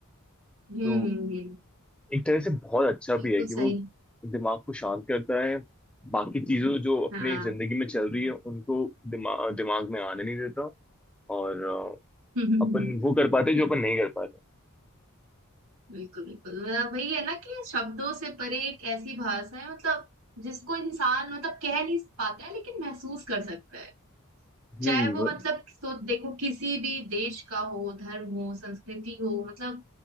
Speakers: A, on the right; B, in the centre.
A: हम्म
B: तो
A: हम्म,
B: एक तरह से बहुत अच्छा
A: बिल्कुल
B: भी है कि वो
A: सही
B: दिमाग को शांत करता है बाकी चीजों जो अपनी
A: हाँ
B: जिंदगी में चल रही है उनको दिमाग दिमाग में आने नहीं देता और अ,
A: हम्म हम्म,
B: अपन
A: हम्म,
B: वो कर पाते जो अपन नहीं कर पाते
A: बिल्कुल बिल्कुल मतलब वही है ना कि शब्दों से परे एक ऐसी भाषा है मतलब जिसको इंसान मतलब कह नहीं पाता है लेकिन महसूस कर सकता है
B: हम्म
A: चाहे वो
B: वो-
A: मतलब तो देखो किसी भी देश का हो धर्म हो संस्कृति हो मतलब